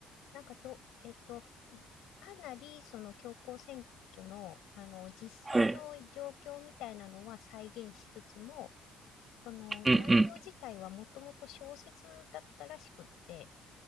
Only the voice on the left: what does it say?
なんかど、えっと、いかなりその教皇選挙の、あの、実際の状況みたいなのは再現しつつも、
その内容自体はもともと小説だったらしくって、